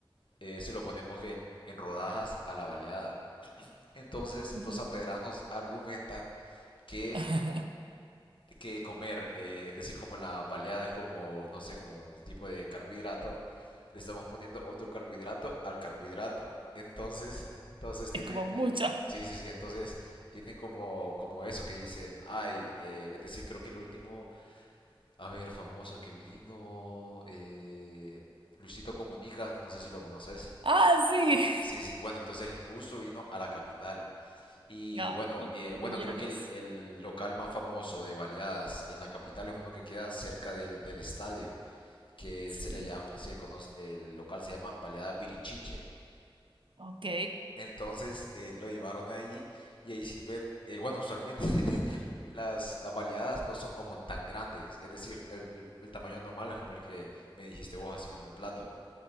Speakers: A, on the left; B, on the right.
A: eh, se lo ponemos en, en rodajas a la baleada. Entonces,
B: Ujú.
A: los sanpedranos argumentan que
B: <laughs>
A: que comer, eh, es decir, como la baleada es como, no sé, como un tipo de carbohidrato, le estamos poniendo otro carbohidrato al carbohidrato. Entonces, entonces tiene,
B: Es como mucha.
A: en- sí, sí, sí, entonces tienen como, como eso que dicen, ay, eh, es decir, creo que el último, a ver, famoso que vino, eh, Luisito Comunica, no sé si lo conoces.
B: Ah, sí.
A: Sí, sí, bueno, entonces justo vino a la capital. Y
B: Ay,
A: bueno,
B: y
A: eh,
B: le, y
A: bueno,
B: le dieron
A: creo que
B: eso.
A: el, el local más famoso de baleadas en la capital es uno que queda cerca del, del estadio, que
B: Sí.
A: se le llama, se conoce, el local se llama Baleadas Virichiche.
B: Ok.
A: Entonces eh, lo llevaron ahí y ahí sirven, eh, bueno, usualmente <laughs> las, las baleadas no son como tan grandes, es decir, el, el- el tamaño normal es como el que me dijiste vos, así como un plato,